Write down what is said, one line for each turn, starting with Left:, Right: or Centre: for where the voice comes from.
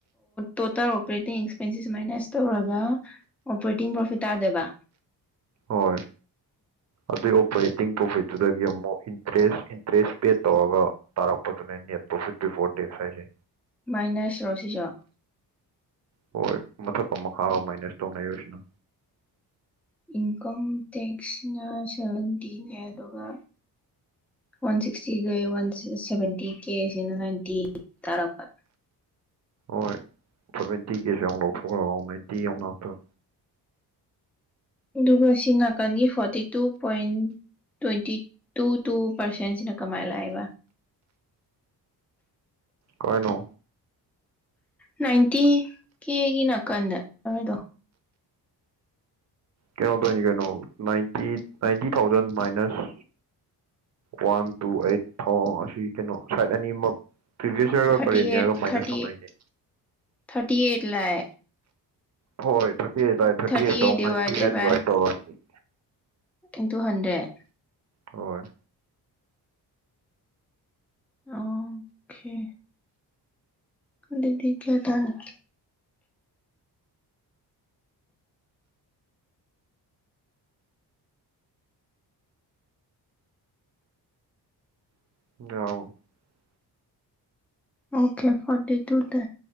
Centre: ꯇꯣꯇꯜ ꯑꯣꯄꯔꯦꯇꯤꯡ ꯑꯦꯛꯁꯄꯦꯟꯁꯤꯁ ꯃꯥꯏꯅꯁ ꯇꯧꯔꯒ ꯑꯣꯄꯔꯦꯇꯤꯡ ꯄ꯭ꯔꯣꯐꯤꯠ ꯇꯥꯗꯣꯏꯕ
Right: ꯍꯣꯏ ꯑꯗꯨꯏ ꯑꯣꯄꯔꯦꯇꯤꯡ ꯄ꯭ꯔꯣꯐꯤꯠꯇꯨꯗꯒꯤ ꯑꯃꯨꯛ ꯏꯟꯇꯔꯦꯁ ꯏꯟꯇꯔꯦꯁ ꯄꯦ ꯇꯧꯔꯒ ꯇꯥꯔꯛꯄꯗꯨꯅꯦ ꯅꯦꯠ ꯄ꯭ꯔꯣꯐꯤꯠ ꯕꯤꯐꯣꯔ ꯇꯦꯛꯁ ꯍꯥꯏꯁꯦ
Centre: ꯃꯥꯏꯅꯁ ꯔꯣꯁꯤꯖꯨ
Right: ꯍꯣꯏ ꯃꯊꯛꯀ ꯃꯈꯥꯒ ꯃꯥꯏꯅꯁ ꯇꯧꯅꯩꯅꯩꯕ ꯁꯤꯅ
Centre: ꯏꯟꯀꯝ ꯇꯦꯛꯁꯅ <unintelligible> ꯑꯗꯨꯒ ꯋꯥꯟ ꯁꯤꯛꯁꯇꯤꯒꯩ ꯋꯥꯟ ꯁꯚꯦꯟꯇꯤ ꯀꯦ ꯑꯁꯤꯅ ꯅꯥꯏꯟꯇꯤ ꯇꯥꯔꯛꯄ
Right: ꯍꯣꯏ ꯁꯚꯦꯟꯇꯤ ꯀꯦꯁꯤꯎ ꯂꯧꯊꯣꯛꯈ꯭ꯔꯒ ꯅꯥꯏꯟꯇꯤ ꯑꯍꯨꯛ ꯂꯥꯛꯇꯣꯏꯕ꯫
Centre: ꯑꯗꯨꯒ ꯁꯤ ꯅꯥꯀꯟꯒꯤ forty two point twenty two two ꯄꯔꯁꯦꯟꯁꯤꯅ ꯀꯃꯥꯏꯂꯛ ꯏꯕ
Right: ꯀꯥꯏꯅꯣ
Centre: ꯅꯥꯏꯟꯇꯤ ꯀꯦꯒꯤ ꯅꯥꯀꯟꯗ ꯑꯗꯨꯗꯣ
Right: ꯀꯩꯅꯣ ꯇꯧꯅꯤ ꯀꯩꯅꯣ ninety ninety thousand minus one two eight ꯊꯥꯎ ꯑꯁꯤ ꯀꯩꯅꯣ ꯁꯥꯏꯠ ꯑꯅꯤꯃꯛ ꯄ꯭ꯔꯤꯚꯤꯌꯁ ꯌꯔꯒ
Centre: ꯊꯔꯇꯤ
Right: ꯀꯔꯦꯟ
Centre: ꯑꯦꯠ
Right: ꯌꯔꯒ ꯃꯥꯏꯅꯁ
Centre: ꯊꯔꯇꯤ
Right: ꯇꯧꯅꯩꯅꯦ
Centre: ꯊꯔꯇꯤ ꯑꯦꯠ ꯂꯥꯛꯑꯦ꯫
Right: ꯍꯣꯏ ꯊꯔꯇꯤ ꯑꯩꯠꯥꯏ ꯊꯔꯇꯤ
Centre: ꯊꯥꯔꯇꯤ
Right: ꯑꯩꯠꯇꯧꯛ
Centre: ꯑꯩꯠ ꯗꯤꯚꯥꯏꯗꯦꯠ
Right: ꯅꯥꯏꯟꯤ
Centre: ꯕꯥꯏ
Right: ꯗꯤꯚꯥꯏꯠ ꯇꯧꯔꯅꯤ
Centre: ꯏꯟꯇꯨ ꯍꯟꯗ꯭ꯔꯦꯠ
Right: ꯍꯣꯏ
Centre: ꯑꯣ ꯑꯣꯀꯦ ꯑꯗꯨꯗꯤ ꯀꯌꯥꯇꯔꯦ
Right: <unintelligible>
Centre: ꯑꯣꯀꯦ ꯐꯇꯤ ꯇꯨ ꯇ